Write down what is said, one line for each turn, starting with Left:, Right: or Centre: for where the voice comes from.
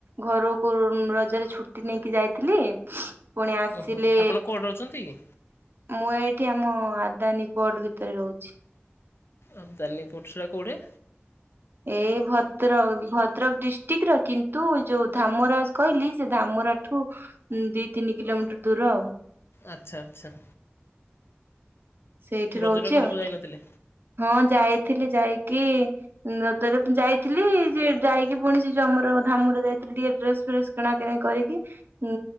Right: ଘରକୁ ରଜରେ ଛୁଟି ନେଇକି ଯାଇଥିଲି। ପୁଣି ଆସିଲେ।
Left: ଓହୋ ଆପଣ କୋଉଠି ରହୁଛନ୍ତି କି?
Right: ମୁଁ ଏଇଠି ଆମ ଆଦାନୀ ପଟ ଭିତରେ ରହୁଛି।
Left: ଆବଦାନୀ ପୋସ୍ କୁଆଡେ?
Right: ଏ ଭଦ୍ରକ ଭଦ୍ରକ ଡିଷ୍ଟ୍ରିକିଟ୍ ର କିନ୍ତୁ ଯୋଉ ଧାମରାଜ କହିଲି ସେ ଧାମରା ଠୁ ଦି ତିନି କିଲୋମିଟର ଦୂର।
Left: ଆଚ୍ଛା ଆଚ୍ଛା।
Right: ସେଇଠି
Left: ରଜରେ
Right: ରହୁଛି
Left: ଘରକୁ
Right: ଆଉ
Left: ଯାଇନଥିଲେ?
Right: ହଁ ଯାଇଥିଲି ଯାଇକି। ନଦରେ ଯାଇଥିଲି ସେ ଯାଇକି ପୁଣି ସେ ଯମର ଧାମରେ ଯାଇଥିଲି ଟିକେ ଡ୍ରେସ ଫ୍ରେସ୍। କିଣାକିଣା କରିକି ଉ